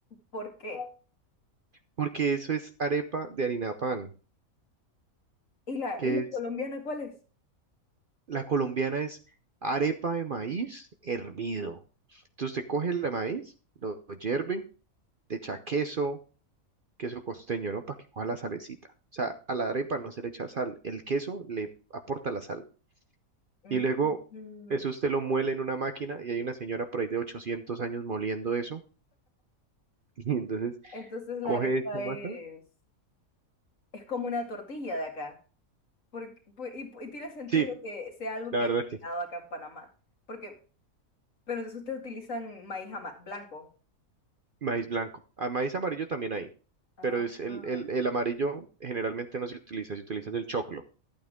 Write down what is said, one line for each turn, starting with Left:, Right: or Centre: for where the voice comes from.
Left: por qué.
Right: porque eso es arepa de harina de pan,
Left: ¿Y la,
Right: que
Left: y la
Right: es
Left: colombiana cuál es?
Right: la colombiana es arepa de maíz hervido. Entonces usted coge el maíz, lo, lo hierve, le echa queso, queso costeño, ¿no? Para que coja la salecita. O sea, a la arepa no se le echa sal, el queso le aporta la sal.
Left: Mm,
Right: Y luego eso usted lo muele en una máquina y hay una señora por ahí de 800 años moliendo eso. <laughs> Y entonces
Left: entonces la
Right: coge
Left: arepa
Right: esta masa.
Left: es, es como una tortilla de acá, porque, pu- y, y tiene sentido
Right: Sí,
Left: que sea algo
Right: La
Left: que haya
Right: verdad
Left: llegado
Right: sí.
Left: acá en Panamá. Porque Pero entonces ustedes utilizan maíz ama- blanco.
Right: Maíz blanco. Ah, maíz amarillo también hay,
Left: Ah,
Right: pero es el,
Left: ah.
Right: el, el amarillo generalmente no se utiliza, se utiliza el choclo,